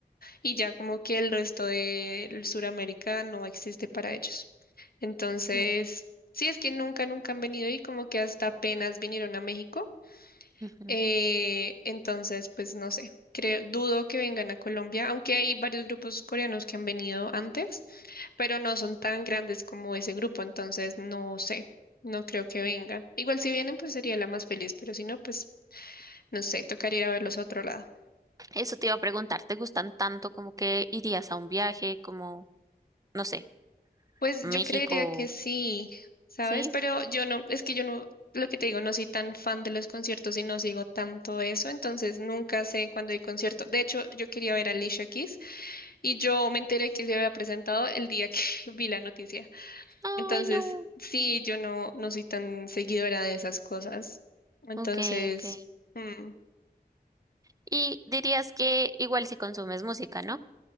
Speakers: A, on the left (about 60°); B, on the right (about 20°).
A: y ya como que el resto de Sudamérica no existe para ellos. Entonces,
B: No.
A: sí, es que nunca, nunca han venido y como que hasta apenas vinieron a México.
B: Ujú.
A: Eh, entonces, pues no sé, creo, dudo que vengan a Colombia, aunque hay varios grupos coreanos que han venido antes pero no son tan grandes como ese grupo, entonces no sé, no creo que vengan. Igual si vienen, pues sería la más feliz, pero si no, pues no sé, tocaría ir a verlos a otro lado.
B: Eso te iba a preguntar. ¿Te gustan tanto como que irías a un viaje como, no sé,
A: Pues
B: a México?
A: yo creería que sí, ¿sabes?
B: Sí.
A: Pero yo no, es que yo no, lo que te digo, no soy tan fan de los conciertos y no sigo tanto eso, entonces nunca sé cuándo hay concierto. De hecho, yo quería ver a Alicia Keys y yo me enteré que se había presentado el día que <laughs> vi la noticia.
B: Ay,
A: Entonces,
B: no.
A: sí, yo no, no soy tan seguidora de esas cosas. Entonces,
B: Ok, ok.
A: mm,
B: Y dirías que igual si consumes música, ¿no?